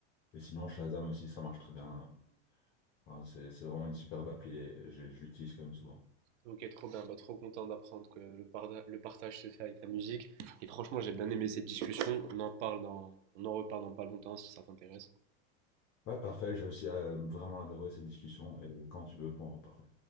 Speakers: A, on the left; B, on the right.
A: Et sinon, Shazam aussi, ça marche très bien. Enfin, c'est, c'est vraiment une superbe appli et je je l'utilise quand même souvent.
B: Ok, trop bien, bah, trop content d'apprendre que le, parda- le partage se fait avec la musique. Et franchement, j'ai bien aimé cette discussion. On en parle dans, on en reparle dans pas longtemps si ça t'intéresse.
A: Ouais, parfait. J'ai aussi euh, vraiment adoré cette discussion et quand tu veux, on peut en reparler.